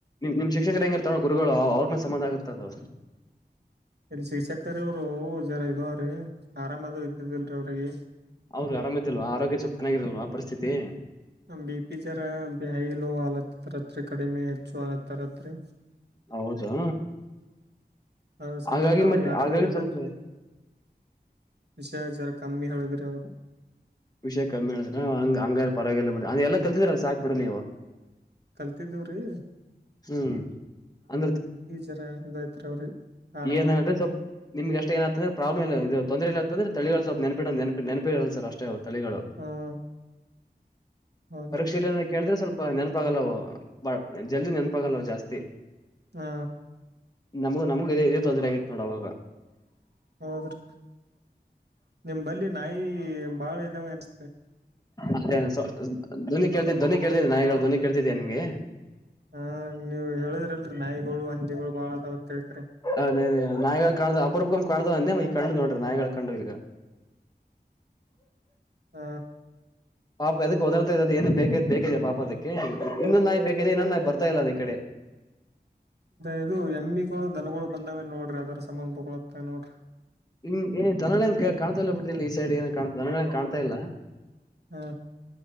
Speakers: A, on the left; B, on the right.
A: ನಿ ಶಿಕ್ಷಕರ ಹೆಂಗಿ ಇರ್ತಾವ ಗುರುಗಳು ಅವ್ರ ಮೇಲೆ ಸಂಬಂಧ ಆಗತದು
B: ಇಲ್ಲಿ ಶಿಕ್ಷಕರ ಅವರು ಜರ ಇದವ್ರೀ ಆರಾಮದ ಇದ್ದದಲ್ರೀ ಅವ್ರಿಗೆ
A: ಅವ್ರು ಆರಾಮ ಇದ್ದಲ್ವ ಆರೋಗ್ಯ ಚಪ್ ಚೆನ್ನಾಗಿರಲ್ ಪರಿಸ್ಥಿತಿ
B: ಬಿ ಪಿ ಜರ ಬಾಯಿಲೋ ಆಲತ್ತ ತರತ್ರಿ ಕಡಿಮೆ ಹೆಚ್ಚು ಆಲತ್ತರತ್ರಿ
A: ಹೌದಾ
B: ಅದ್ರ ಸಂಬಂಧ
A: ಹಾಗಾಗಿ
B: ಅವ್ರಿಗೆ
A: ಮತ್ತೆ
B: ಆರಾಮ್
A: ಹಾಗಾಗಿ
B: ಇದಿದಿಲ್ರಿ
A: ಸ್ವಲ್ಪ
B: ವಿಷಯ ಜರ ಕಮ್ಮಿ ಹಳಗ್ರ ಅವರು
A: ವಿಷಯ ಕಮ್ಮಿ ಹೇಳಿದ್ರ ಹಂಗ ಹಂಗಾರ ಪರವಾಗಿಲ್ಲಂಗ ಎಲ್ಲ ಕಲ್ತಿದ್ರ ಸಾಕ್ಬಿಡ ನೀವು
B: ಕಲ್ತಿದವ್ರಿ
A: ಹ್ಮ್ ಅಂದ್ರೆ
B: ಜರ ಇದೈತ್ರಿ ಅವ್ರಿಗೆ ಆರಾಮ್
A: ಏನ ಹೇಳ್ರೆ ಸ್ವಲ್ಪ ನಿಮ್ಗೆ ಅಷ್ಟ ಏನತ್ತಂದ್ರೆ ಪ್ರಾಬ್ಲಮ್ ಇಲ್ಲ ತೊಂದರೆ ಇಲ್ಲತ್ತಂದ್ರೆ ತಳಿ ನೆಪಿ ನನಿನಪಿ ಹೇಳಲ್ಲ ಸರ್ ಅಷ್ಟೇ ತಳಿಗಳು
B: ಹ್ಮ್ ಹೌದ್ರಿ
A: ಪರೀಕ್ಷೆಯಲ್ಲಿ ಕೇಳಿದ್ರೆ ಸ್ವಲ್ಪ ನೆನಪಾಗಲ್ಲ ವ ಜಲ್ದ ನಾನು ಪ್ಪಾಗಲ್ಲ ಜಾಸ್ತಿ
B: ಹಾ
A: ನಮಗ ನಮಗ ಇ ಇದೇ ತೊಂದ್ರ ಆಗಿತ್ತು ನೋಡ ಅವಾಗ
B: ಹೌದ್ರಿ ನಿಮ ಬಲ್ಲಿ ನಾಯಿ ಬಾಳ ಇದಾವ ಅನ್
A: ಅದೇ ಧ್ವನಿ ಕೇಳ್ತಿದ ಕೇಳ್ತಿದಿ ನಾಯಿಗಳು ಧ್ವನಿ ಕೇಳ್ತಿದ ನಿಮ್ಗೆ
B: ಹ ನೀವ್ ಹೇಳುದ್ರಲ್ರಿ ನಾಯಿಗಳು ಹಂದಿಗಳು ಬಾಳದ ಗತ್ತಕೇರಿ
A: ಅದೇ ಅದೇ ನಾಯಿ ಕಾಣದ ಅಪರೂಪ ಕಾಣದ ಅಂದೆ ಕಂಡು ನೋಡ್ರಿ ನಾಯಿ ಕಂಡುಲ್ಗ
B: ಹ್ಮ
A: ಪಾಪ ಎದಕ್ಕೆ ದಡ್ತಾ ಇದದ ಏನ ಬೇಕ ಬೇಕಿದೆ ಪಾಪ ಅದಕ್ಕೆ ಇನ್ನೊಂದ ನಾಯಿ ಬೇಕಿದೆ ಇನ್ನೊಂದ ನಾಯಿ ಬರ್ತಾ ಇಲ್ಲ ಅದ ಈ ಕಡೆ
B: ಇದು ಎಮ್ಮಿಗಳು ದನಗಳು ಬಂದಾವೇ ನೋಡ್ರಿ ಅದರ ಸಂಬಂಧ ಬೊಗಳುತ್ತೆ ನೋಡ್ರಿ
A: ಹ್ ಏ ದನಗಳ ಕಾಣ್ತಾ ಇಲ್ಲ ಬಿಟ್ರಿ ಇಲ್ಲಿ ಈ ಸೈಡ್ ಏನ ಕಾಣ ದನಗಳನ್ ಕಾಣ್ತಾ ಇಲ್ಲ
B: ಹಾ